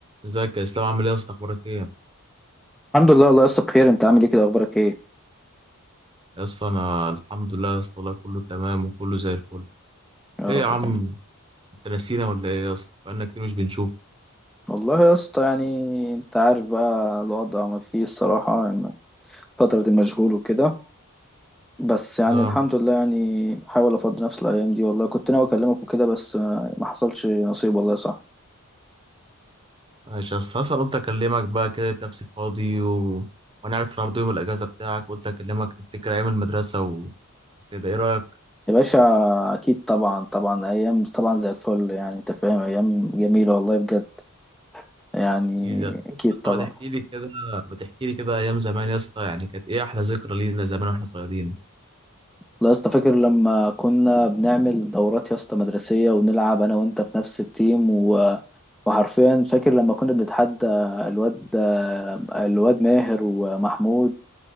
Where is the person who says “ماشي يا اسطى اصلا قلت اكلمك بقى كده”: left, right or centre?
Right